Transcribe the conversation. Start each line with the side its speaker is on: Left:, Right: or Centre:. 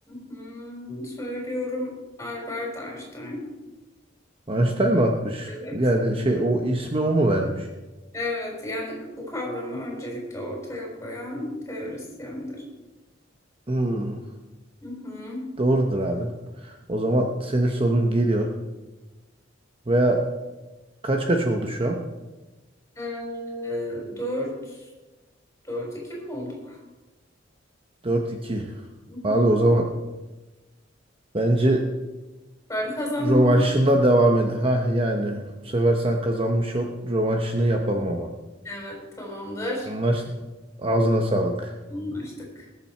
Left: hı Söylüyorum Albert Einstein.
Right: Einstein mı atmış?
Left: Evet.
Right: Yani şey o ismi o mu vermiş?
Left: Evet yani bu kavramı öncelikle ortaya koyan teorisyendir.
Right: Hmm,
Left: Hı-hı.
Right: doğrudur abi. O zaman senin sorun geliyor. Veya kaç kaç oldu şu an?
Left: E, dört, dört iki mi olduk?
Right: dört iki
Left: Hı-hı.
Right: Abi o zaman bence
Left: Ben kazandım.
Right: rövanşında devam ed. Ha yani bu sefer sen kazanmış ol. Rövanşını yapalım ama.
Left: Evet tamamdır.
Right: Anlaştık. Ağzına sağlık.
Left: Anlaştık.